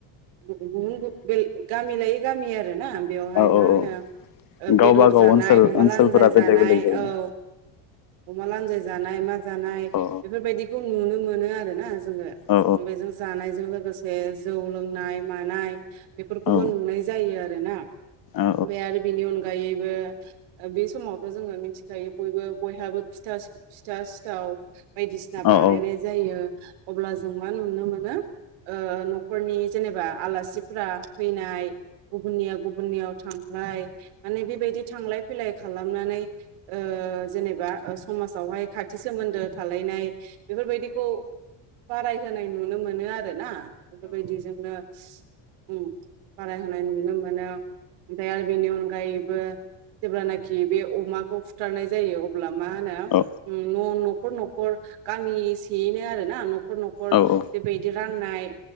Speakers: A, on the right; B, on the left.
A: गुबुन गामि लायै गामि आर ना बेवहाय
B: औ
A: मा
B: औ
A: होनो
B: औ गावबा
A: बेदर
B: गाव
A: जानाय
B: ओनसोल
A: अमा
B: ओनसोलफोरा
A: लानजाय
B: बेलेग
A: जानाय
B: बेलेग जायोना
A: औ अमा लान्जाय जानाय मा जानाय
B: औ
A: बेफोरबायदिखौ नुनो मोनो आरो ना जोङो
B: औ
A: बेजों जानायजों लोगोसे जौ लोंनाय मानाय बेफोरखौबो
B: औ
A: नुनाय जायो आरोना ओमफ्राय
B: औ
A: आरो बेनि अनगायैबो ओ बे समावथ' जोङो मिथिखायो बयबो बयहाबो फिथा फिथा सिथाव बायदिसिना बानायनाय
B: औ
A: जायो। अब्ला जों मा नुनो मोनो ओ न'खरनि जेनेबा आलासिफोरा फैनाय गुबुननियाव गुबुननियाव थांलाय माने बेबायदि थांलाय फैलाय खालामनानै ओ जेनेबा ओ समाजावहाय खाथि सोमोन्दो थालायनाय बेफोरबायदिखौ बारायहोनाय नुनो मोनो आरो ना बेफोरबायदिजोंनो उम बारायहोनाय नुनो मोनो। ओमफ्राय आरो बेनि अनगायैबो जेब्लानाखि बे अमाखौ फु बुथारनाय जायो अब्ला मा
B: औ
A: होनो' ओम न न'खर नं खर गामिसेयैनो आरो ना न'खर न'खर
B: औ औ
A: बेबायदि राननाय